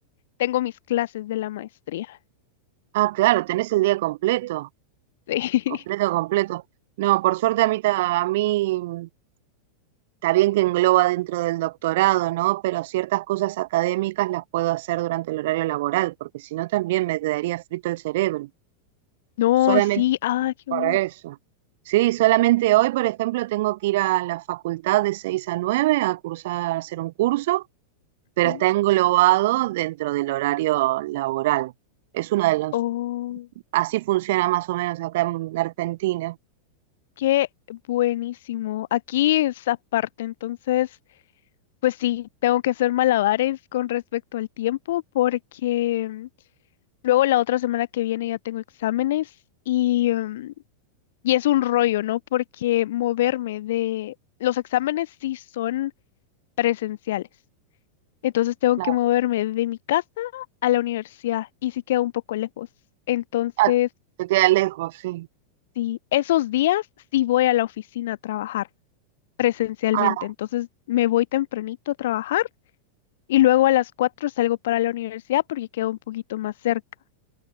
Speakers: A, on the left; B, on the right.
A: tengo mis clases de la maestría. <laughs>
B: Ah, claro, tenés el día completo,
A: Sí.
B: completo, completo. No, por suerte a mí, ta- a mí mm, está bien que engloba dentro del doctorado, ¿no? Pero ciertas cosas académicas las puedo hacer durante el horario laboral, porque si no también me quedaría frito el cerebro.
A: No,
B: Solamente
A: sí, ah, qué
B: Por
A: bueno.
B: eso. Sí, solamente hoy, por ejemplo, tengo que ir a la facultad de 6 a 9 a cursar, a hacer un curso, pero
A: Ujú.
B: está englobado dentro del horario laboral. Es uno de los,
A: Oh,
B: así funciona más o menos acá en Argentina.
A: qué buenísimo. Aquí es aparte, entonces, pues sí, tengo que hacer malabares con respecto al tiempo porque mm, luego la otra semana que viene ya tengo exámenes y... mm, Y es un rollo, ¿no? Porque moverme de... Los exámenes sí son presenciales. Entonces tengo
B: Claro.
A: que moverme de mi casa a la universidad y sí queda un poco lejos. Entonces,
B: Ah, te queda lejos, sí.
A: sí, esos días sí voy a la oficina a trabajar presencialmente.
B: Ah,
A: Entonces me voy tempranito a trabajar y luego a las 4 salgo para la universidad porque queda un poquito más cerca.